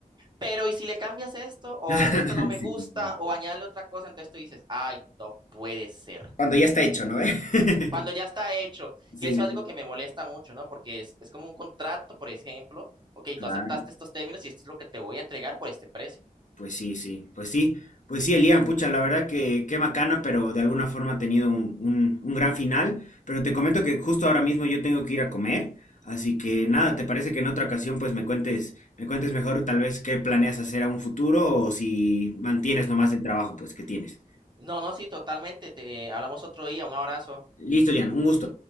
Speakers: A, on the right (about 30°); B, on the left (about 55°).
A: pero ¿y si le cambias esto? O
B: <laughs>
A: esto no me
B: Sí,
A: gusta,
B: sí.
A: o añade otra cosa, entonces tú dices, ay, no puede ser.
B: Cuando ya está hecho, ¿no? ¿Eh? <laughs>
A: cuando ya está hecho,
B: Sí,
A: que eso
B: sí,
A: es algo que me molesta mucho, ¿no? Porque es, es como un contrato, por ejemplo, ok,
B: claro.
A: tú aceptaste estos términos y esto es lo que te voy a entregar por este precio.
B: Pues sí, sí, pues sí, pues sí, Elian, pucha, la verdad que qué macana, pero de alguna forma ha tenido un, un, un gran final. Pero te comento que justo ahora mismo yo tengo que ir a comer, así que nada, ¿te parece que en otra ocasión pues me cuentes, me cuentes mejor tal vez qué planeas hacer a un futuro o si mantienes nomás el trabajo pues que tienes?
A: No, no, sí, totalmente, te hablamos otro día, un abrazo.
B: Listo, Elian, un gusto.